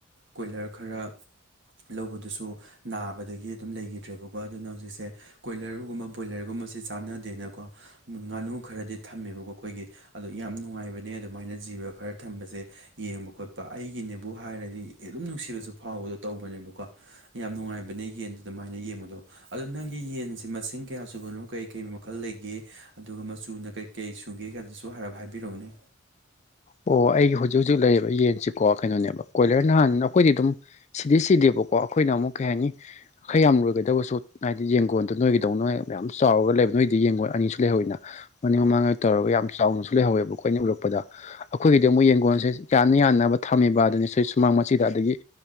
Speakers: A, on the right; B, on the left.
A: ꯀꯣꯏꯂꯔ ꯈꯔ ꯂꯧꯕꯗꯨꯁꯨ ꯅꯥꯕꯗꯒꯤ ꯑꯗꯨꯝ ꯂꯩꯈꯤꯗ꯭ꯔꯦꯕꯀꯣ ꯑꯗꯨꯅ ꯍꯧꯖꯤꯛꯁꯦ ꯀꯣꯏꯂꯔꯒꯨꯝꯕ ꯕꯣꯏꯂꯔꯒꯨꯝꯕꯁꯦ ꯆꯥꯟꯅꯗꯦꯅꯀꯣ ꯉꯥꯅꯨ ꯈꯔꯗꯤ ꯊꯝꯃꯦꯕꯀꯣ ꯑꯩꯈꯣꯏꯒꯤ ꯑꯗꯣ ꯌꯥꯝ ꯅꯨꯡꯉꯥꯏꯕꯅꯦ ꯑꯗꯨꯃꯥꯏꯅ ꯖꯤꯕ ꯈꯔ ꯊꯝꯕꯁꯦ ꯌꯦꯡꯕ ꯈꯣꯠꯄ ꯒꯤꯅꯦꯕꯨ ꯍꯥꯏꯔꯗꯤ ꯑꯗꯨ ꯅꯨꯡꯁꯤꯕꯁꯨ ꯐꯥꯎꯕꯗꯣ ꯇꯧꯕꯅꯦꯕꯀꯣ ꯌꯥꯝ ꯅꯨꯡꯉꯥꯏꯕꯅꯦ ꯌꯦ ꯑꯗꯨꯃꯥꯏꯅ ꯌꯦꯡꯕꯗꯣ ꯑꯗꯨꯗ ꯅꯪꯒꯤ ꯌꯦꯟꯁꯦ ꯃꯁꯤꯡ ꯀꯌꯥ ꯆꯨꯕꯅꯣ ꯀꯔꯤ ꯀꯩ ꯃꯈꯜ ꯂꯩꯒꯦ ꯑꯗꯨꯒ ꯁꯨꯅ ꯀꯩ ꯀꯩ ꯁꯨꯒꯦꯒꯗꯨꯁꯨ ꯍꯥꯏꯔꯥꯞ ꯍꯥꯏꯕꯤꯔꯛꯎꯅꯦ
B: ꯑꯣ ꯑꯩꯒꯤ ꯍꯧꯖꯤꯛ ꯍꯧꯖꯤꯛ ꯂꯩꯌꯦꯕ ꯌꯦꯟꯁꯤꯀꯣ ꯀꯩꯅꯣꯅꯦꯕ ꯀꯣꯏꯂꯔ ꯅꯍꯥꯟ ꯑꯩꯈꯣꯏꯗꯤ ꯑꯗꯨꯝ ꯁꯤꯗꯤ ꯁꯤꯗꯦꯕꯀꯣ ꯀꯣ ꯑꯩꯈꯣꯏꯅ ꯑꯃꯨꯛ ꯀꯩ ꯍꯥꯏꯅꯤ ꯈꯔ ꯌꯥꯝ ꯂꯣꯏꯒꯗꯕꯁꯨ ꯍꯥꯏꯗꯤ ꯌꯦꯡꯒꯣꯟꯗꯣ ꯅꯣꯏꯒꯤꯗꯧꯅ ꯃꯌꯥꯝ ꯆꯥꯎꯔꯒ ꯂꯩꯕ ꯅꯣꯏꯗꯤ ꯌꯦꯡꯉꯣꯡ ꯑꯅꯤꯁꯨ ꯂꯩꯍꯧꯋꯤꯅ ꯃꯅꯤꯡ ꯃꯃꯥꯡꯉꯩ ꯇꯧꯔꯒ ꯌꯥꯝꯅ ꯆꯥꯎꯅꯁꯨ ꯂꯩꯍꯧꯋꯦꯕ ꯑꯩꯈꯣꯏꯅ ꯎꯔꯛꯄ ꯄꯗ ꯑꯩꯈꯣꯏꯒꯤꯗꯤ ꯑꯃꯨꯛ ꯌꯦꯡꯒꯣꯟꯁꯦ ꯌꯥꯟꯅ ꯌꯥꯟꯅꯕ ꯊꯝꯃꯤꯕ ꯑꯗꯨꯅꯤ ꯁꯤ ꯁꯨꯃꯥꯡ ꯃꯆꯤꯗ ꯑꯗꯒꯤ